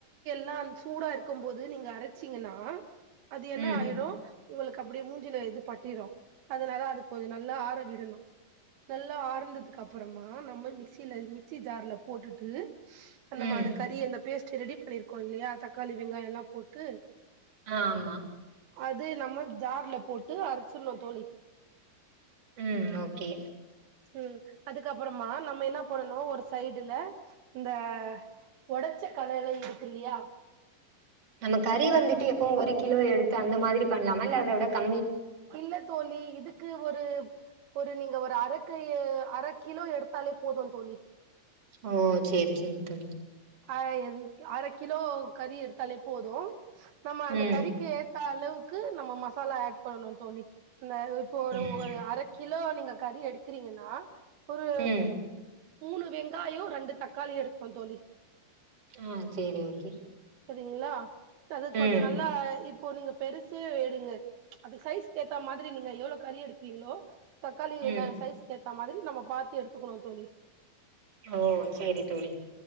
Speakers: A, on the right; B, on the right.
A: லா சூடா இருக்கும்போது நீங்க அரச்சிங்கன்னா அது என்ன
B: ம்
A: ஆயிடு உங்களுக்கு அப்டியே மூஞ்சிலே இது பட்டிரு அதனால அது கொஞ்ச நல்லா ஆற விடணு நல்லா ஆர்ந்ததுக்கு அப்றமா நம் மிக்சில மிக்சி ஜார்ல போட்டுட்டு அந்த
B: ம்
A: மா அந்த கறி அந்த பேஸ் ட் ரெடி பண்ணிருக்கோ இல்லயா தக்காளி வெங்காயலா போட்டு
B: ஆமா
A: அது நம்ம ஜார்ல போட்டு அரைச்சிர்ணு தோழி
B: ம் ஓகே
A: சேரி அதுக்கபறமா நம்ம என்னா பண்ணனு ஒரு சைடுல இந்த ஒடச்ச கல்ல எல்லா இருக்கில்லயா
B: நம்ம கறி வந்துட்டு எப்பவு ஒரு கிலோ எடுத்து அந்த மாதிரி பண்ணலாமா இல்ல அத விட க
A: இல்ல தோழி இதுக்கு ஒரு ஒரு நீங்க இந்த அரக்கயீ அர கிலோ எடுத்தாலே போது தோழி
B: ஓ சேரி சேரிங் தோழி
A: அ அர கிலோ கறி எடுத்தாலே போது நம்ம அந்த
B: ம்
A: கறிக்கு ஏத் த்த அளவுக்கு நம்ம மசாலா ஏட் பண்ணணு தோழி அந்த இப்போ ஒரு
B: ம்
A: ஒரு அரக்கி கிலோ நீங்க கறி எடுக்கறீங்கன்னா ஒரு
B: ம்
A: மூணு வெங்காயோ ரெண்டு தக்காளி எடு தோழி
B: ஆ சரி ஓகே
A: சரிங்களா அது கொஞ்சம்
B: ம்
A: நல்லா ப் இப்போ நீங்க பெருசு எடுங்க அது சைஸ்கேத்த ஏத்த மாதிரி நீங்க எவ்ளோ கறி எடுக்கிறீங்ளோ தக்காளி வெங்காயம்
B: ம்
A: சைஸ் கே க்க மாதிரி நம்ம பாத்து எடுத்துக்கணு தோழி
B: ஓ சரி தோழி